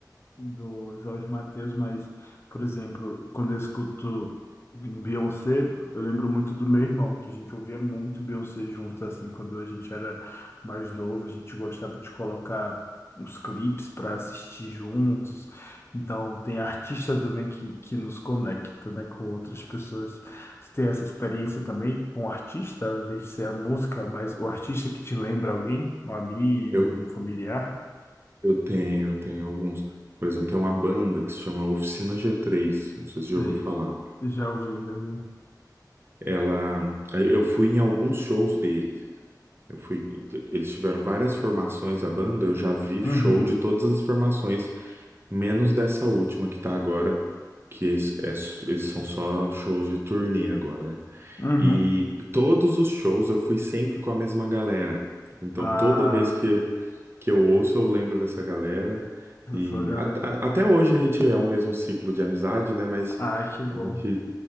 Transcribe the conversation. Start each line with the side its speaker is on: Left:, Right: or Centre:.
Left: do Jorge Mateus, mas, por exemplo, quando eu escuto Beyoncé, eu lembro muito do meu irmão, que a gente ouvia muito Beyoncé junto, assim, quando a gente era mais novo, a gente gostava de colocar os clipes para assistir juntos. Então, tem artistas também que, que nos conecta, né, com outras pessoas. Você tem essa experiência também com o artista, ao invés de ser a música, mas o artista que te lembra alguém, um amigo,
Right: Eu,
Left: um familiar?
Right: eu tenho, eu tenho alguns. Por exemplo, tem uma banda que se chama Oficina G3, não sei se você
Left: Sei.
Right: já ouviu falar.
Left: Já ouvi, já ouvi.
Right: Ela, eu fui em alguns shows deles. Eu fui, eles tiveram várias formações, a banda, eu já vi show
Left: Uhum,
Right: de todas as formações Menos dessa última que tá agora, que es- é s- eles são só shows de turnê agora, né?
Left: uhum.
Right: E todos os shows eu fui sempre com a mesma galera. Então
Left: Ah,
Right: toda vez que, que eu ouço, eu lembro dessa galera.
Left: eu
Right: E
Left: sou a galera.
Right: at- a- até hoje a gente é o mesmo ciclo de amizade, né? Mas
Left: Ah, acho bom
Right: a gente,